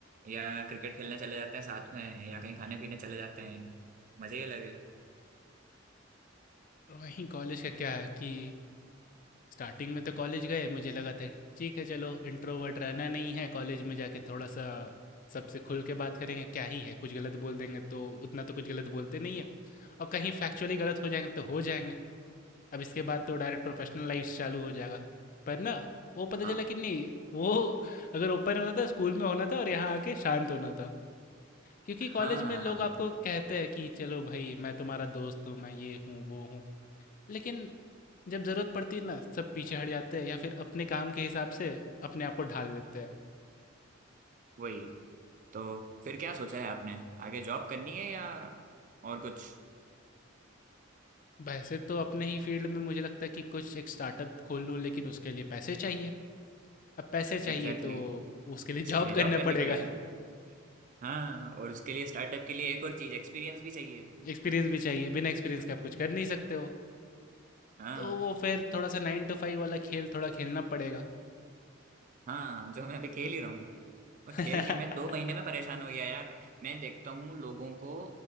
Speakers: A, on the right (about 40°); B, on the left (about 40°).
A: या क्रिकेट खेलने चले जाते हैं साथ में या कहीं खाने पीने चले जाते हैं मजे ही अलग है
B: और वहीं कॉलेज का क्या है कि स्टार्टिंग में तो कॉलेज गए मुझे लगा था ठीक है चलो इंट्रोवर्ट रहना नहीं है कॉलेज में जाके थोड़ा सा सबसे खुल के बात करेंगे क्या ही है कुछ गलत बोल देंगे तो उतना तो कुछ गलत बोलते नहीं है और कहीं फैक्चुअली गलत हो जाएंगे तो हो जाएंगे अब इसके बाद तो डायरेक्ट प्रोफेशनल लाइफ चालू हो जाएगा पर ना वो पता
A: हाँ
B: चला कि नहीं वो अगर ओपन होना था स्कूल में होना था और यहाँ आके शांत होना था क्योंकि कॉलेज
A: हाँ
B: में लोग आपको कहते हैं कि चलो भाई मैं तुम्हारा दोस्त हूँ मैं ये हूँ वो हूँ लेकिन जब ज़रूरत पड़ती है ना, सब पीछे हट जाते हैं या फिर अपने काम के हिसाब से अपने आप को ढाल लेते हैं।
A: वही तो फिर क्या सोचा है आपने आगे जॉब करनी है या और कुछ
B: वैसे तो अपने ही फील्ड में मुझे लगता है कि कुछ एक स्टार्टअप खोल लूँ, लेकिन उसके लिए पैसे चाहिए। अब पैसे चाहिए
A: Exactly
B: तो
A: exactly.
B: उसके लिए
A: इसके
B: जॉब
A: लिए
B: करना
A: जॉब करनी
B: पड़ेगा।
A: पड़ेगी हाँ और उसके लिए स्टार्टअप के लिए एक और चीज एक्सपीरियंस भी चाहिए
B: एक्सपीरियंस भी चाहिए, बिना एक्सपीरियंस के आप कुछ कर नहीं सकते हो।
A: हाँ
B: तो वो फिर थोड़ा-सा 9 टू 5 वाला खेल थोड़ा खेलना पड़ेगा।
A: हाँ जो मैं अभी खेल ही रहा हूँ
B: <laughs>
A: और खेल खेल में दो महीने में परेशान हो गया यार मैं देखता हूँ लोगों को